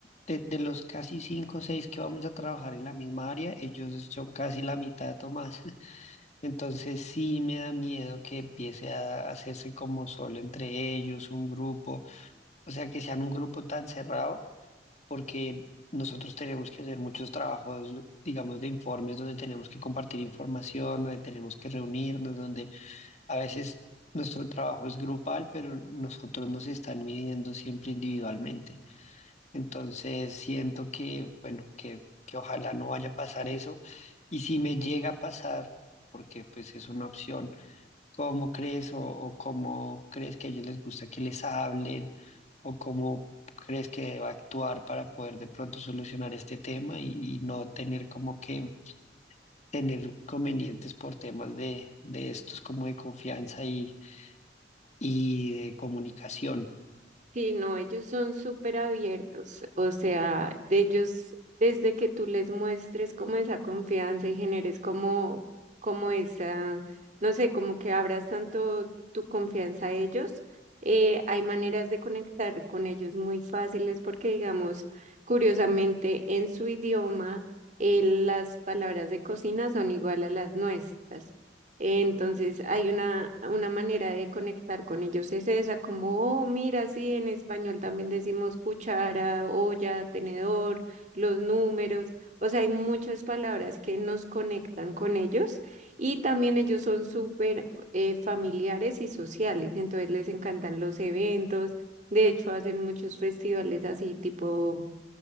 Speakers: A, on the left; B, on the right.
A: de, de los casi cinco o seis que vamos a trabajar en la misma área, ellos son casi la mitad o más. <laughs> Entonces sí me da miedo que empiece a hacerse como solo entre ellos, un grupo, o sea, que sean un grupo tan cerrado porque nosotros tenemos que hacer muchos trabajos, digamos, de informes donde tenemos que compartir información, donde tenemos que reunirnos, donde a veces nuestro trabajo es grupal, pero nosotros nos están midiendo siempre individualmente. Entonces siento que, bueno, que, que ojalá no vaya a pasar eso. Y si me llega a pasar, porque pues es una opción, ¿cómo crees o, o cómo crees que a ellos les gusta que les hablen o cómo crees que deba actuar para poder de pronto solucionar este tema y, y no tener como que tener convenientes por temas de, de estos como de confianza y y de comunicación.
B: Sí, no, ellos son súper abiertos, o sea, de ellos, desde que tú les muestres como esa confianza y generes como, como esa, no sé, como que abras tanto tu confianza a ellos, eh, hay maneras de conectar con ellos muy fáciles porque, digamos, curiosamente, en su idioma, eh, las palabras de cocina son igual a las nuestras. Entonces hay una, una manera de conectar con ellos, es esa, como, oh, mira, sí, en español también decimos cuchara, olla, tenedor, los números, o sea, hay muchas palabras que nos conectan con ellos y también ellos son súper eh, familiares y sociales, entonces les encantan los eventos, de hecho hacen muchos festivales así tipo